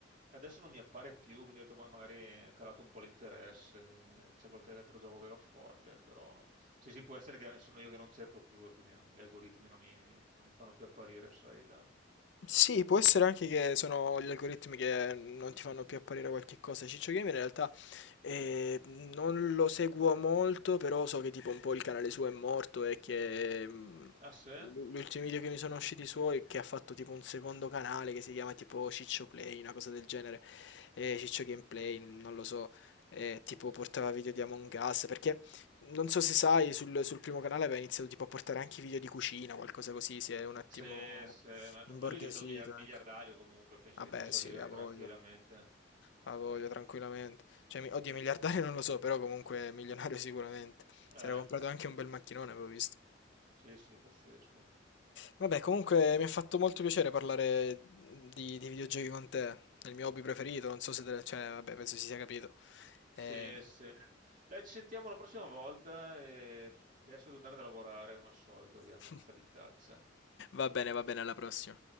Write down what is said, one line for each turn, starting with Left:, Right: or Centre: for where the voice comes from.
Right: e adesso non mi appare più, quindi ho detto, "Ma magari è calato un po' l'interesse, c'è qualche altro gioco che va forte, però sì, sì, può essere che sono io che non cerco più e quindi non- gli algoritmi non mi, non mi fanno più apparire, sai, il...
Left: Sì, può essere anche che sono gli algoritmi che non ti fanno più apparire qualche cosa. Ciccio Gamer in realtà eh, non lo seguo molto, però so che tipo un po' il canale suo è morto e che mm,
Right: Ah, sì?
Left: l- l'ultimo video che mi sono usciti suoi è che ha fatto tipo un secondo canale che si chiama tipo Ciccio Play, una cosa del genere, eh, Ciccio Gameplay, mm, non lo so, eh, tipo portava video di Among Us, perché non so se sai, sul, sul primo canale aveva iniziato tipo a portare anche video di cucina, qualcosa così, si è un attimo...
Right: Sì, sì, ma ma
Left: Imborghesito,
Right: lui è diventato miliar- miliardario
Left: ecco.
Right: comunque, penso
Left: Vabbè,
Right: che possa
Left: sì,
Right: vivere
Left: ha Sì.
Right: tranquillamente.
Left: voglia, ha voglia tranquillamente. Cioè, mi- oddio, miliardario non lo so, però comunque milionario sicuramente.
Right: Eh,
Left: Si era comprato anche un bel macchinone, avevo visto.
Right: Sì, sì, pazzesco.
Left: Vabbè, comunque mi ha fatto molto piacere parlare di, di videogiochi con te. È il mio hobby preferito, non so se te, ne- cioè, vabbè, penso si sia capito.
Right: Sì,
Left: Eh,
Right: sì. Dai, ci sentiamo la prossima volta e adesso devo andare a lavorare come al solito, ovviamente,
Left: <laughs>
Right: la vitaccia.
Left: Va bene, va bene, alla prossima.